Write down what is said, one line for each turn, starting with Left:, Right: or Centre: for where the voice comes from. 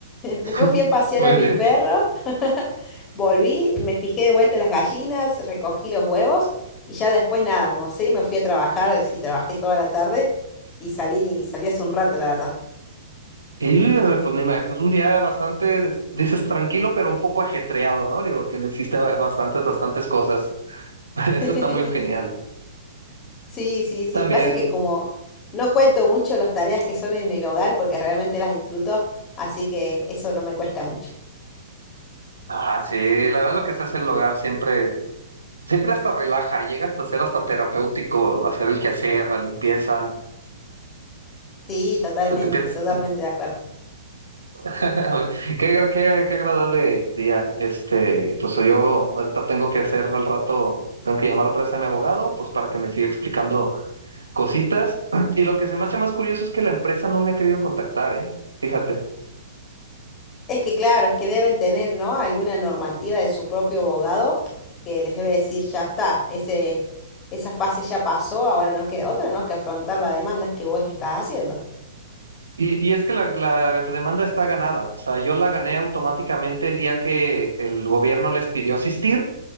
Left: Después
Right: <laughs>
Left: fui a pasear
Right: Muy
Left: a mi
Right: bien.
Left: perro, <laughs> volví, me fijé de vuelta las gallinas, recogí los huevos y ya después nada, almorcé y me fui a trabajar, sí, trabajé toda la tarde y salí, salí hace un rato, la verdad.
Right: Y eh, pues me imagino, es un día bastante, dices tranquilo, pero un poco ajetreado, ¿no? Digo, que le hiciste ba- bastantes, bastantes cosas. <laughs>
Left: <laughs>
Right: Eso está muy genial.
Left: Sí, sí, sí,
Right: También,
Left: pasa que como no cuento mucho las tareas que son en el hogar porque realmente las disfruto, así que eso no me cuesta mucho.
Right: ah, sí, la verdad lo que se hace en el hogar siempre, siempre hasta relaja, llega hasta ser hasta terapéutico, hacer el quehacer, la limpieza.
Left: Sí, totalmente,
Right: se te empieza-
Left: totalmente de acuerdo.
Right: <laughs> Qué, gra- qué, qué agradable día. Este, pues yo ahorita tengo que hacer al rato, tengo que llamar otra vez a mi abogado, pues para que me siga explicando cositas. <clears throat> Y lo que se me hace más curioso es que la empresa no me ha querido contactar, ¿eh? Fíjate.
Left: Es que claro, es que deben tener, ¿no? Alguna normativa de su propio abogado que les debe decir, ya está, ese, esa fase ya pasó, ahora no queda otra, ¿no? Que afrontar la demanda que vos le estás haciendo.
Right: Y, y es que la, la demanda está ganada. O sea, yo la gané automáticamente el día que el gobierno les pidió asistir